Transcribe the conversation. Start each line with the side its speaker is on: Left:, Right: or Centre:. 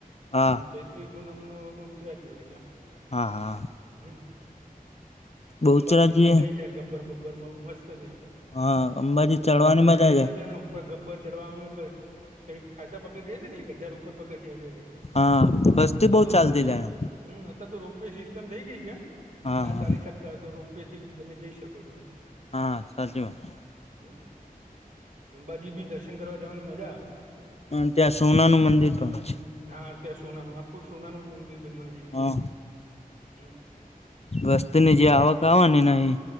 Left: હા
Right: અને ચૈ ત્રિ પુનમનો બહુચરાજી હોય છે.
Left: હા હા.
Right: હમ
Left: બહુચરાજી
Right: અંબાજી મજા આઈ જાય ગબ્બર બબ્બર બઉ મસ્ત છે.
Left: હા અંબાજી
Right: માતાજી
Left: ચડવાની
Right: નીચે
Left: મજા
Right: બેઠા
Left: છે
Right: છેને, ઉ પર ગબ્બર ચડવાવામાં હોય, <unintelligible> કંઈક ખાસા પગથિયાં છે. ને એક હજાર ઉપર પગ થિયાં છે.
Left: હા વસ્તી
Right: કઈ અત્યારતો
Left: બહુ ચાલતી
Right: રોપે
Left: જાય
Right: હમ અત્યારે તો રોપવેે સિસ્ટમ થઇ ગઈ છે
Left: હા
Right: ના
Left: હા
Right: ચાલી શકતા હોય, તો રોપવેે થી બી તમે જઈ શકો છો એમ.
Left: હા સાચી વાત છે.
Right: હમ, અંબાજી ભી દર્શન કરવા જવાની મજા આવે
Left: હ ત્યાં સોનાનું મંદિર પણ છે
Right: હા, ત્યાં સોનાનું આખું સોનાનું જ મંદિર બનવા જઈ રહ્યું
Left: હા
Right: હમ.
Left: વસ્તીની
Right: આખું
Left: જે આવક આવેને એનાહી